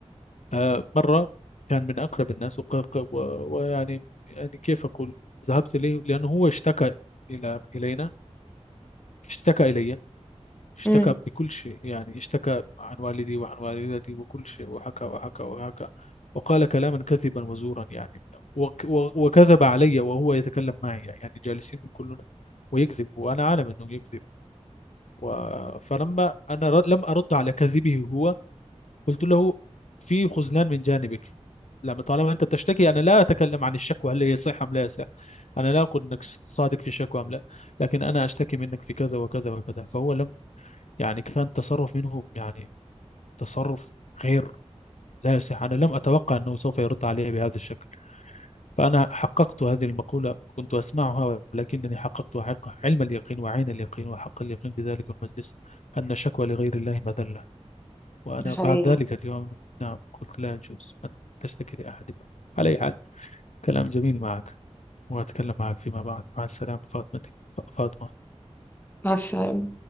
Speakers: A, on the left; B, on the left.
A: آه مرة كان من أقرب الناس وق- ق- و- ويعني يعني كيف أقول ذهبت إليه لأنه هو اشتكى إلى إلينا اشتكى إلي اشتكى
B: امم
A: بكل شيء يعني اشتكى عن والدي وعن والدتي وكل شيء وحكى وحكى وحكى وقال كلاما كذبا وزورا يعني وك- و- وكذب علي وهو يتكلم معي يعني جالسين كلنا ويكذب وانا عالم انه يكذب و... فلما انا ر... لم ارد على كذبه هو قلت له في خذلان من جانبك لما طالما انت تشتكي انا لا اتكلم عن الشكوى هل هي صحيحه ام لا صح انا لا اقول انك صادق في الشكوى ام لا لكن انا اشتكي منك في كذا وكذا وكذا فهو لم يعني كان تصرف منه يعني تصرف غير لا يصح أنا لم أتوقع أنه سوف يرد علي بهذا الشكل فأنا حققت هذه المقولة كنت أسمعها ولكنني حققت حق علم اليقين وعين اليقين وحق اليقين بذلك المجلس أن شكوى لغير الله مذلة وأنا
B: ده حقيقي
A: بعد ذلك اليوم نعم قلت لا يجوز أن تشتكي لأحد ما على أي حال كلام جميل معك وأتكلم معك فيما بعد مع السلامة فاطمتي ف- فاطمة
B: مع السلامة